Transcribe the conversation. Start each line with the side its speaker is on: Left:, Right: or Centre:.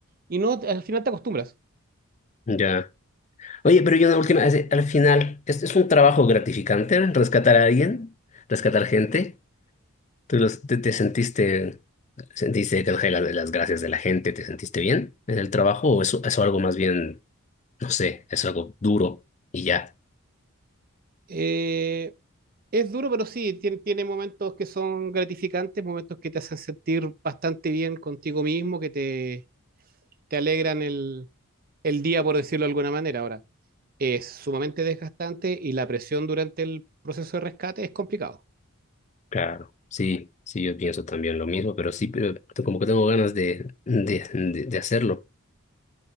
Right: y no, al final te acostumbras.
Left: Ya. Oye, pero yo una última, es- al final, ¿es, es un trabajo gratificante rescatar a alguien? ¿Rescatar gente? ¿Tú los- te, te sentiste, sentiste que las, las gracias de la gente, te sentiste bien en el trabajo o eso, eso algo más bien no sé, es algo duro y ya.
Right: Eh, es duro, pero sí, tiene, tiene momentos que son gratificantes, momentos que te hacen sentir bastante bien contigo mismo, que te te alegran el, el día, por decirlo de alguna manera. Ahora, es sumamente desgastante y la presión durante el proceso de rescate es complicado.
Left: Claro. Sí, sí, yo pienso también lo mismo, pero sí, pero como que tengo ganas de, de, de, de hacerlo.